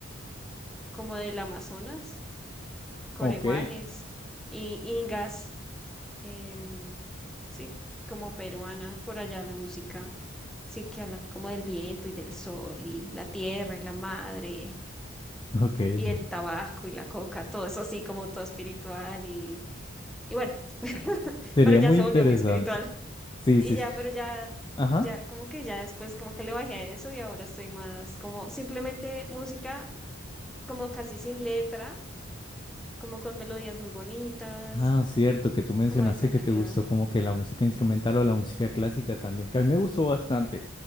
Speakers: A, in the centre; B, on the left.
A: como del Amazonas, coreguajes,
B: Ok.
A: i- ingas, em, sí, como peruana, por allá la música. Sí, que hablan como del viento y del sol y la tierra y la madre
B: Ok, <laughs>
A: y el tabaco y la coca, todo eso así como todo espiritual y, Y bueno, <laughs>
B: sería
A: pero ya
B: muy
A: se
B: interesante.
A: volvió muy espiritual.
B: Sí,
A: Y
B: sí,
A: ya,
B: sí.
A: pero ya,
B: Ajá.
A: ya como que ya después como que le bajé a eso y ahora estoy más como simplemente música como casi sin letra, como con melodías muy bonitas,
B: Ah, cierto, que tú mencionaste
A: como de tranquilidad.
B: que te gustó como que la música instrumental o la música clásica también, que a mí me gustó bastante.